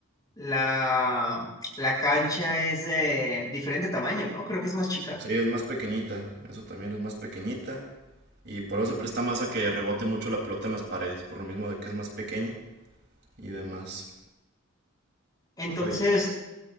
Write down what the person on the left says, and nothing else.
la, la cancha es de diferente tamaño, ¿no? Creo que es más chica.
Entonces,